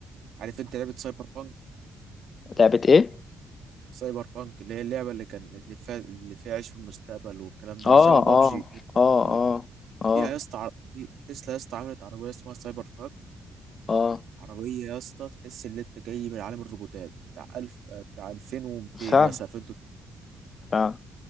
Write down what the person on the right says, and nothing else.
عارف انت لعبه سايبر بانك
سايبر بانك اللي هي اللعبه اللي كان اللي فيها اللي فيها عيش في المستقبل والكلام ده
اللي شبه بابجي
فيها
يا اسطى عر- في- تسلا يا اسطى عملت عربيه اسمها سايبر تراك
عربيه يا اسطى تحس ان انت جاي من عالم الروبوتات بتاع 1000 آه، بتاع 2200
مثلا 2300